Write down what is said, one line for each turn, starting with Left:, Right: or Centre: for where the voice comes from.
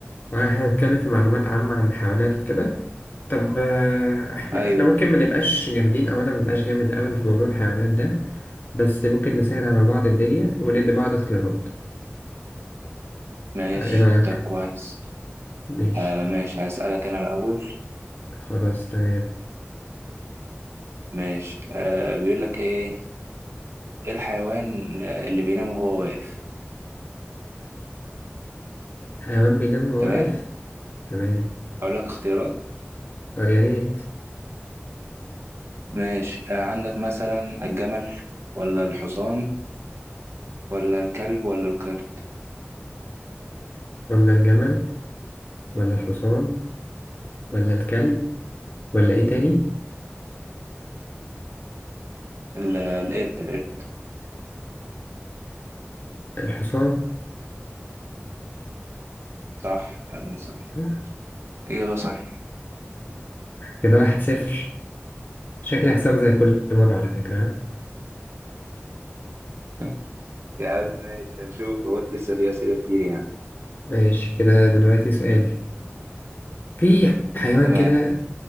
Left: آه، احنا هنتكلم في معلومات عامة عن الحيوانات وكده طب آه، احنا
Right: ايوه
Left: احنا ممكن ما نبقاش جامدين او انا ما بقاش جامد قوي في موضوع الحيوانات ده بس ممكن نسهل على بعض الدنيا وندي بعض اختيارات
Right: ماشي
Left: آه، ايه رأيك
Right: طب كويس
Left: ماشي
Right: آه ماشي هسالك انا الاول
Left: خلاص تمام
Right: ماشي آه بيقول لك ايه ايه الحيوان اللي بينام وهو واقف
Left: حيوان بينام وهو
Right: تمام
Left: واقف تمام
Right: اقول لك اختيارات
Left: آه، يا ريت
Right: ماشي آه عندك مثلا الجمل ولا الحصان ولا الكلب ولا القرد
Left: قلنا الجمل ولا الحصان ولا الكلب ولا ايه تاني
Right: ال- القرد القرد
Left: الحصان
Right: صح أنا صح
Left: صح
Right: إجابة صحيحة
Left: كده واحد صفر شكلي هكسبه زي كل مرة على فكرة ها؟
Right: <laughs> يا عم ماشي هنشوف هو لسه في أسئلة كتير يعني
Left: ماشي كده دلوقتي سؤالي في حيوان
Right: تمام
Left: كده